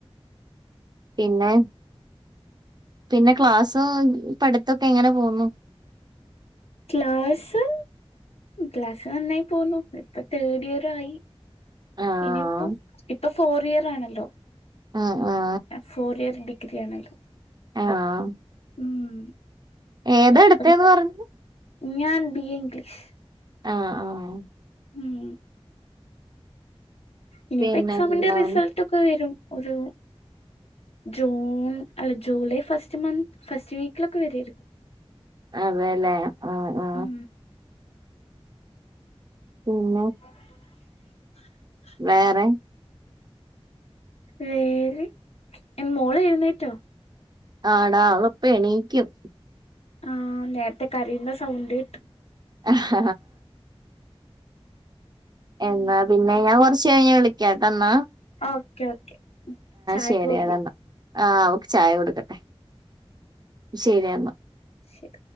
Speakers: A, on the right (about 40°); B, on the left (about 80°).
A: പിന്നെ പിന്നെ ക്ലാസ് പഠിത്തൊക്കെ എങ്ങനെ പോന്നു?
B: ക്ലാസ് ക്ലാസ്സ് നന്നായി പോന്നു ഇപ്പൊ തേഡ് ഇയർ ആയി
A: ആഹ്
B: ഇനിയിപ്പോ ഇപ്പൊ ഫോർ ഇയർ ആണല്ലോ?
A: ആഹ് ആ
B: ഫോർ ഇയർസ് ഡിഗ്രി ആണല്ലോ.
A: അഹ്..
B: ഉം
A: ഏതെടുത്തന്ന്
B: ഇപ്പൊ
A: പറഞ്ഞു
B: ഞാൻ ബി എ ഇംഗ്ലീഷ്.
A: ആഹ് ആഹ്
B: ഉം ഇനിപ്പോ
A: പിന്നെന്താ
B: എക്സാമിന്റെ റിസൾട്ടൊ ക്കെ വരും ഒരു ജൂൺ അല്ല ജൂലൈ ഫസ്റ്റ് മന്ത് ഫസ്റ്റ് വീക്ക്ലൊക്കെ വരാരിക്കും.
A: അതെല്ലേ ആഹ് ആ..
B: ഉം
A: പിന്നെ?
B: <unintelligible>
A: വേറെ?
B: വേറേ മോള് എഴുന്നേറ്റോ?
A: ആടാ അവളിപ്പം എണീക്കും.
B: ആഹ് നേരത്തെ കരിയുന്ന സൗണ്ട് കേട്ടു
A: ആഹ്ഹ എന്നാ പിന്നെ ഞാൻ കൊറച്ച കഴിഞ്ഞ വിളി കേട്ടന്ന
B: ആ ഓക്കെ ഓക്കെ ചായ
A: ശരിയെടാ
B: ഒക്കെ കുടിക്-
A: എന്നാ ആഹ് അവക്ക് ചായ കൊടുക്കട്ടെ ശരിയെന്നാ
B: ശര്